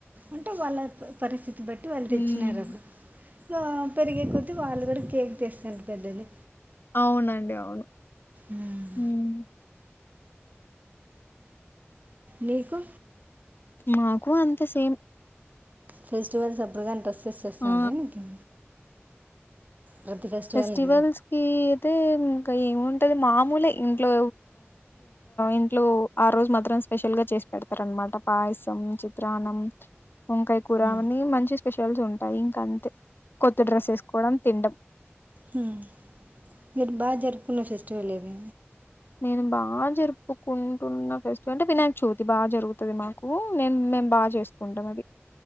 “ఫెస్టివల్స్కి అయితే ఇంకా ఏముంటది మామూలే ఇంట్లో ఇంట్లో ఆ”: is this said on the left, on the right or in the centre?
Left